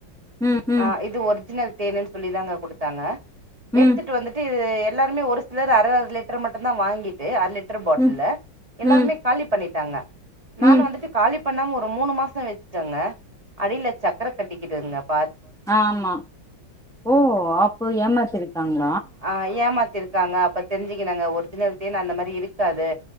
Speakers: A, in the centre; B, on the right (about 20°).
A: ம் ம்
B: ஆஹ இது ஒர்ஜினல் தேன்னு சொல்லிதாங்க குடுத்தாங்க
A: ம்
B: இப்போ வந்துட்டு எல்லாருமே ஒரு சிலர் அர அர லிட்டர் மட்டும் தான் வாங்கி அரை லிட்டர் பாட்டில்ல
A: ம்
B: எல்லாருமே
A: ம்
B: காலி பண்ணிட்டாங்க நான்
A: ம்
B: வந்துட்டு காலிப் இப்பண்ணாம ஒரு மூணு மாசம் வச்சுட்டேங்க அடில்ல சக்கர கட்டி இதுங்கப்
A: ஆம்மா ஓ அப்போ ஏமாத்தியிருக்காங்க
B: அஹ ஏமாத்திருக்காங்க பத் தெரிஞ்சிக்கனங்க ஒரிஜினல் தேன் அந்த மாரி இருக்காது